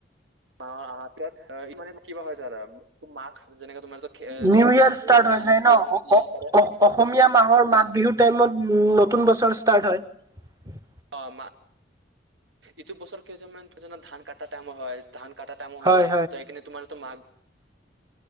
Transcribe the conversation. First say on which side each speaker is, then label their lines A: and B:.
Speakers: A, on the right; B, on the right.
A: মাহৰ হাতত এইটো কিবা হৈছে ৰ তো মাঘ যেনেকে তোমাৰ এইটো খে- এইটো
B: নিউ ইয়াৰ ষ্টাৰ্ট হৈ
A: ধান
B: যায়
A: দিয়ে
B: ন।
A: ইয়া
B: অ
A: কৰে
B: অ অসমীয়া মাহৰ মাঘ বিহুৰ টাইমত উম নতুন বছৰ ষ্টাৰ্ট হয়।
A: অ মা। ইটো বছৰ কেইজনমান কেইজনমান ধান কাটা টাইম হয়। ধান কাটা টাইমো
B: হয়
A: হৈ যায়। ত সেইখিনি তোমাৰটো মাঘ
B: হয় <inaudible>